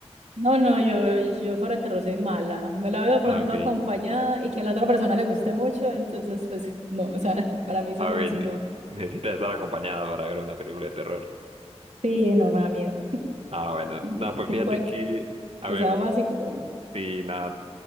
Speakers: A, on the right; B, on the right.
A: No, no, yo, yo para el terror soy mala. Me la veo pronto
B: ah, ok.
A: acompañada y que a la otra persona le guste mucho, entonces, pues, <laughs> no, o sea, <laughs> para mí sola
B: A ver,
A: así
B: ne-
A: no.
B: necesitas estar acompañada para ver una película de terror.
A: Sí, no me da miedo.
B: Ah, bueno.
A: <laughs>
B: No, pues
A: Y
B: fíjate
A: puede
B: que,
A: que
B: a
A: que
B: ver,
A: sea básico, pero no.
B: sí, nada.